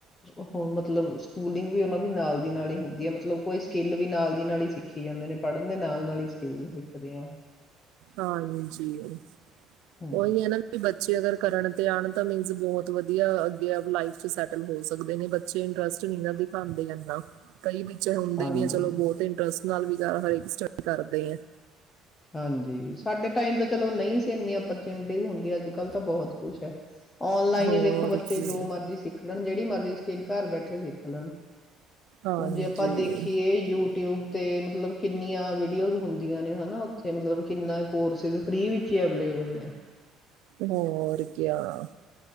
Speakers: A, on the left (about 15°); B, on the right (about 70°).
A: ਉਹ ਮਤਲਬ, ਸਕੂਲਿੰਗ ਵੀ ਉਹਨਾ ਦੀ ਨਾਲ ਦੀ ਨਾਲ ਹੀ ਹੁੰਦੀ ਹੈ, ਮਤਲਬ। ਕੋਈ ਸਕਿੱਲ ਵੀ ਨਾਲ ਦੀ ਨਾਲ ਹੀ ਸਿੱਖੀ ਜਾਂਦੇ ਨੇ ਪੜ੍ਹਨ ਦੇ ਨਾਲ-ਨਾਲ ਹੀ ਸਕਿੱਲ ਸਿੱਖਦੇ ਆ।
B: ਹਾਂਜੀ।
A: ਹੂੰ
B: ਉਹੀ ਹੈ ਨਾ, ਵੀ ਬੱਚੇ ਅਗਰ ਕਰਨ ਤੇ ਆਣ ਤਾਂ ਮੀਨਜ ਬਹੁਤ ਵਧੀਆ ਅੱਗੇ ਆਲੀ ਲਾਈਫ ਚ ਸੈਟਲ ਹੋ ਸਕਦੇ ਨੇ ਬੱਚੇ ਇੰਟਰਸਟ ਨੀ ਨਾ ਦਿਖਾਦੇ ਇਨਾ। ਕਈ ਵਿੱਚ ਹੁੰਦੇ
A: ਹਾਂਜੀ
B: ਵੀ ਹੈ ਚਲੋ, ਬਹੁਤ ਇੰਟਰਸਟ ਨਾਲ ਵਿਚਾਰਾ ਹਰੇਕ ਸਟੱਡੀ ਕਰਦੇ ਆ।
A: ਹਾਂਜੀ, ਸਾਡੇ ਟਾਈਮ ਤਾਂ ਚਲੋ ਨਹੀਂ ਸੀ, ਇੰਨੀ ਔਪਰਚੁਨਿਟੀ ਹੁੰਦੀ, ਅੱਜ-ਕੱਲ੍ਹ ਤਾਂ ਬਹੁਤ ਕੁਛ ਹੈ, ਔਨਲਾਈਨ
B: ਹੋਰ
A: ਹੀ ਦੇਖੋ ਬੱਚੇ
B: ਕੀ
A: ਜੋ ਮਰਜ਼ੀ ਸਿੱਖ ਲੈਣ। ਜਿਹੜੀ ਮਰਜ਼ੀ ਸਕਿਲ ਘਰ ਬੈਠੇ ਸਿੱਖ ਲੈਣ।
B: ਹਾਂਜੀ
A: ਹੁਣ ਜੇ ਆਪਾਂ ਦੇਖੀਏ, ਯੂਟਿਊਬ ਤੇ ਮਤਲਬ ਕਿੰਨੀਆਂ ਵੀਡੀਓਜ਼ ਹੁੰਦੀਆਂ ਨੇ ਹਨਾ। ਤੇ ਮਤਲਬ ਕਿੰਨੇ ਕੋਰਸਿਸ ਫ੍ਰਰੀ ਵਿੱਚ ਹੀ ਅਵੇਲੇਬਲ ਨੇ।
B: ਹੋਰ ਕਿਆ।